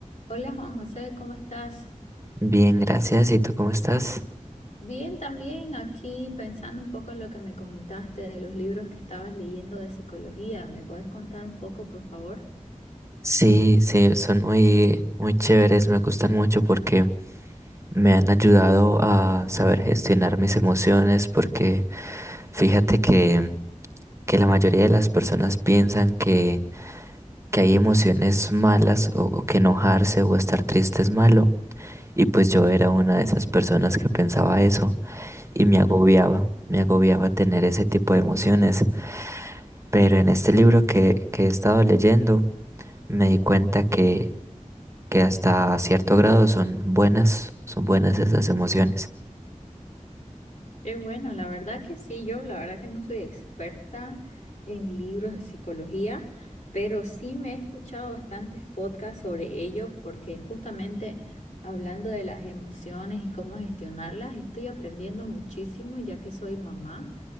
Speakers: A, on the left; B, on the right.
A: Hola Juan José, ¿cómo estás?
B: Bien, gracias. ¿Y tú cómo estás?
A: Bien, también aquí pensando un poco en lo que me comentaste de los libros que estabas leyendo de psicología. ¿Me puedes contar un poco, por favor?
B: Sí, sí, son muy, muy chéveres, me gustan mucho porque me han ayudado a saber gestionar mis emociones, porque fíjate que, que la mayoría de las personas piensan que, que hay emociones malas o, o que enojarse o estar triste es malo. Y pues yo era una de esas personas que pensaba eso y me agobiaba, me agobiaba tener ese tipo de emociones. Pero en este libro que, que he estado leyendo, me di cuenta que, que hasta cierto grado son buenas, son buenas esas emociones.
A: Qué bueno, la verdad que sí, yo la verdad que no soy experta en libros de psicología, pero sí me he escuchado bastantes podcasts sobre ello porque justamente hablando de las emociones y cómo gestionarlas, estoy aprendiendo muchísimo ya que soy mamá